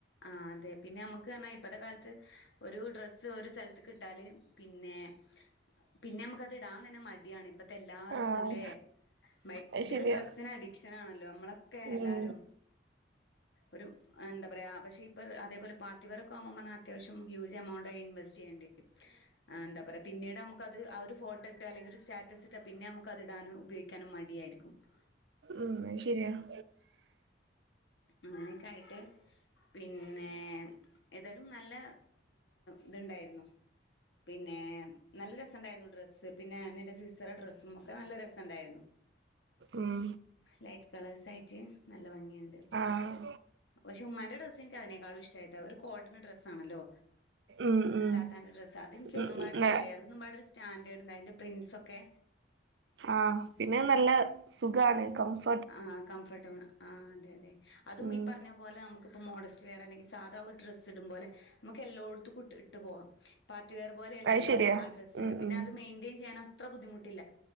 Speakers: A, on the left; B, on the right.
A: ആഹ് അതെ പിന്നെ നമുക്ക് പറഞ്ഞൽ ഇപ്പഴത്തെ കാലത്ത് ഒരു ഡ്രസ്സ് ഒരു സ്ഥലത്ത് കിട്ടാല് പിന്നെ പിന്നെ നമക്ക്ത് ഇടാ തന്നെ മടിയാണ് ഇപ്പത്തെ എല്ലാർക്കുംല്ലേ
B: ആഹ്
A: ഭയങ്കര
B: അത് ശരിയാ
A: ഡ്രസ്സിന് അട ഷനാണല്ലോ നമ്മളൊക്കെ
B: ഉം
A: എല്ലാരും ഒരു എന്താ പറയാ പക്ഷെ ഇപ്പ അതേപോലെ പാർട്ടിവെയറൊക്കെ ആവുമ്പോ അത്യാവശ്യം ഹൂജ്എമൗണ്ടായി ഇൻവെസ്റ്റ് ചെയ്യേണ്ടേ എന്താ പറയുക പിന്നീട് നമുക്കത് ആ ഒരു ഫോട്ടോ ഇട്ടാ അല്ലെങ്കിൽ ഒരു സ്റ്റാറ്റസ് ഇട്ടാ പിന്നെ നമുക്ക് അതിടാനും ഉപയോഗിക്കാനും മടിയാരിക്കും കുപ്പ
B: ഉം ശരിയാണ്
A: ഉം അങ്ങനെയൊക്കെ ആയിട്ട് പിന്നെ ഏതായാലും നല്ല ഇതുണ്ടായിരുന്നു പിന്നെ ഏഹ് നല്ല രസണ്ടായിരുന്നു ഡ്രസ്സ് പിന്നെ നിന്റെ സിസ്റ്ററിൻ്റെ ഡ്രസ്സും ഒക്കെ നല്ല രസണ്ടായിരുന്നു
B: ഉം
A: ലൈറ്റ് കളേഴ്സ് ആയിട്ട് നല്ല ഭംഗിയുണ്ട്
B: ആഹ്
A: പക്ഷെ ഉമ്മാന്റെ ഡ ക്ഷെ എനിക്ക് അതിനേക്കാളും ഇഷ്ടപെട്ട് ഒരു കോട്ടൺ ഡ്രസ് ആണല്ലോ
B: ഉം ഉം
A: താത്താന്റെ ഡ്രസ്സ് അതെനിക്ക്
B: ഉം
A: ഒന്നുംപാട് ഇഷ്ടായി അത് മ്മാടെ ഒരു സ്റ്റാൻഡേർഡ്ണ്ട് അതിൻ്റെ പ്രിൻസ് ഒക്കെ
B: ആഹ് പിന്നെ നല്ല സുഖാണ് കംഫ
A: ആ കംഫോർട്ടബിൾ ആ അതെ അതെ അതും
B: ഉം
A: ഈ പറഞ്ഞ അതുപോലെ നമുക്കിപ്പ മോഡസ്റ്റ് വെയർ അല്ലെങ്കിൽ സാധാ ഒരു ഡ്രസ്സ് ഇടുമ്പോലെ നമുക്ക് എല്ലോടുത്തും ഇട്ട് പോവാാം പാർട്ടിവെയർ പോലെയല്ലോ
B: അത് ശരിയാ
A: ആ ഡ്രസ്സ്
B: ഉം
A: പിന്ന
B: ഉം
A: അത് മെയിന്റയിൻ ചെയ്യാൻ അത്ര ബുദ്ധിമുട്ടില്ല